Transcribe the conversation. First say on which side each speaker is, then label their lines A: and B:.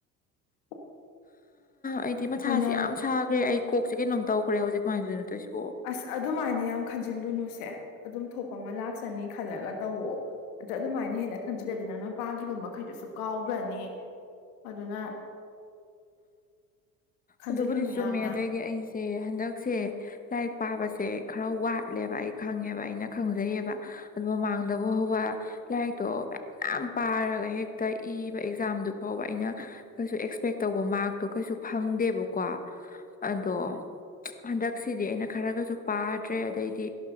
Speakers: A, on the left; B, on the left.
A: <inaudible>
B: ꯑꯩꯗꯤ ꯃꯊꯥꯁꯤ
A: ꯅꯪ
B: ꯌꯥꯝ ꯁꯥꯈ꯭ꯔꯦ ꯑꯩ ꯀꯣꯛꯁꯤ ꯀꯩꯅꯣꯝ ꯇꯧꯈ꯭ꯔꯦ ꯍꯧꯖꯤꯛ ꯀꯃꯥꯏꯗꯨꯅ ꯅꯠꯇꯧꯏꯁꯨ
A: ꯑꯁ ꯑꯗꯨꯃꯥꯏꯅ ꯌꯥꯝ ꯈꯟꯖꯤꯜꯂꯨꯅꯨꯁꯦ ꯑꯗꯨꯝ ꯊꯣꯛ ꯑꯄ ꯑꯃ ꯂꯥꯛꯆꯅꯤ ꯈꯜꯂꯒ ꯇꯧꯋ ꯅꯠꯇ꯭ꯔ ꯑꯗꯨꯃꯥꯏꯅ ꯍꯦꯟꯅ ꯈꯟꯖꯤꯜꯂꯗꯤ ꯅꯪꯅ ꯄꯥꯈꯤꯕ ꯃꯈꯩꯗꯨꯁꯨ ꯀꯥꯎꯒ ꯅꯤ ꯑꯗꯨꯅ ꯈꯟꯖꯤꯜꯂꯨꯅꯨ
B: ꯑꯗꯨꯕꯨꯗꯤ ꯆꯨꯝꯃꯦ
A: ꯌꯥꯝꯅ
B: ꯑꯗꯒꯤ ꯑꯩꯁꯦ ꯍꯟꯗꯛꯁꯦ ꯂꯥꯏꯛ ꯄꯥꯕꯁꯦ ꯈꯔ ꯋꯥꯠꯂꯦꯕ ꯑꯩ ꯈꯪꯉꯦꯕ ꯑꯩꯅ ꯈꯪꯖꯩꯌꯦꯕ ꯑꯗꯨ ꯃꯃꯥꯡꯗꯕꯨ ꯍꯧꯕ ꯂꯥꯏꯔꯤꯛꯇꯣ ꯃ ꯄꯥꯔꯒ ꯍꯦꯛꯇ ꯏꯕ ꯑꯦꯛꯖꯥꯝꯗꯨ ꯐꯥꯎꯕ ꯑꯩꯅ ꯀꯩꯁꯨ ꯑꯦꯛꯁꯄꯦꯛ ꯇꯧꯕ ꯃꯥꯔꯛꯇꯣ ꯀꯩꯁꯨ ꯐꯪꯗꯦꯕꯀꯣ ꯑꯗꯣ ꯍꯟꯗꯛꯁꯤꯗꯤ ꯑꯩꯅ ꯈꯔꯒꯁꯨ ꯄꯥꯗ꯭ꯔꯦ ꯑꯗꯩꯗꯤ